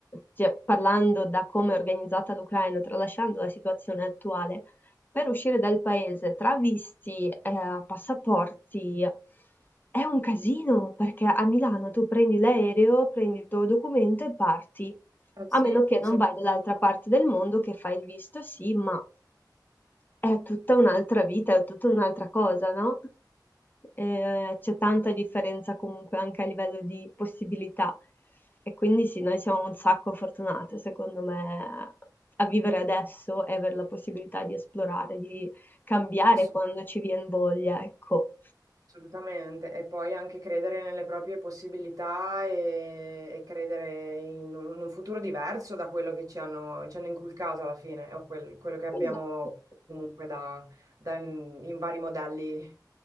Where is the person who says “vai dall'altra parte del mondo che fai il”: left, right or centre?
Left